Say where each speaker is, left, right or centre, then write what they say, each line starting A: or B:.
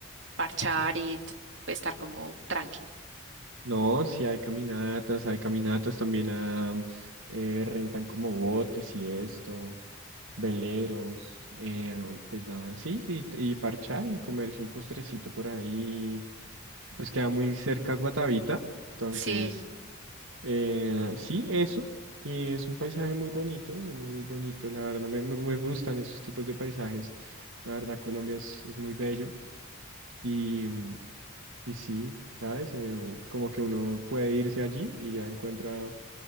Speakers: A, on the right; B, on the right.
A: parchar y t- estar como tranqui?
B: No, sí hay caminatas, hay caminatas también a, mm, eh, rentan como botes y esto, veleros, eh, pues nada, sí, y, y parchar y comerse un postrecito por ahí
A: Mm.
B: pues queda muy cerca a Guatavita. Entonces,
A: Sí,
B: eh, sí, eso. Y es un paisaje muy bonito, muy bonito, la verdad. Me, me- me gustan esos tipos de paisajes. La verdad, Colombia es, es muy bello. Y, mm, y sí, ¿sabes? Eh, u- como que uno puede irse allí y ya encuentra